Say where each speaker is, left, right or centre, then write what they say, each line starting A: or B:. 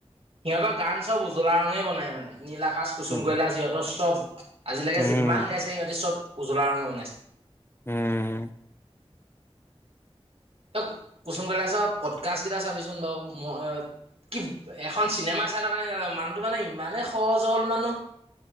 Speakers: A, on the right (about 65°); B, on the left (about 20°).
A: সিহতক' গান চব উজ লা ৰঙে বনাই মানে নীল আকাচ, কুচুম
B: উম
A: কৈলাচ ইহঁত চব, আজিলেকে
B: উম
A: যিমান গাইছে সিহঁতি চব। উজলা ৰঙে বনাইছে।
B: উম,
A: তই কুচুম কৈলাচ' পডকাষ্ট গিতা চাবিচোন বাও ম-কি এখন চিনেমা চাই থকা নিচিনা, মানুহটো মানে ইমানেই সহজ সৱল মানুহ।